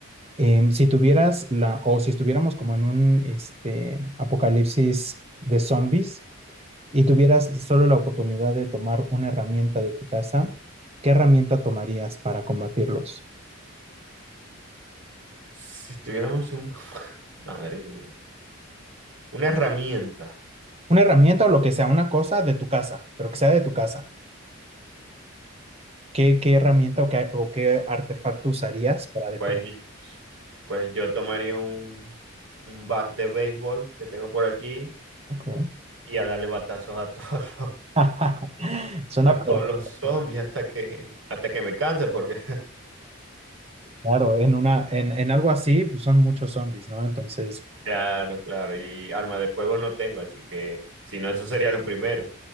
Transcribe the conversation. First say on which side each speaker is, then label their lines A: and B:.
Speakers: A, on the right; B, on the right.
A: Em, si tuvieras la, o si estuviéramos como en un este, apocalipsis de zombies y tuvieras solo la oportunidad de tomar una herramienta de tu casa, ¿qué herramienta tomarías para combatirlos?
B: si tuviéramos un, madre mía, una herramienta,
A: Una herramienta o lo que sea, una cosa de tu casa, pero que sea de tu casa. ¿Qué, qué herramienta o qué, o qué artefacto usarías para defender?
B: pues, y- pues yo tomaría un, un bat de béisbol que tengo por aquí
A: Ok.
B: y a darle batazos a <laughs> todos los,
A: <laughs> Suena
B: a todos
A: perfecto.
B: los zombies hasta que, hasta que me canse, porque
A: Claro, en una, en, en algo así, pues, son muchos zombies, ¿no? Entonces,
B: Claro, claro. Y arma de fuego no tengo, así que si no, eso sería lo primero.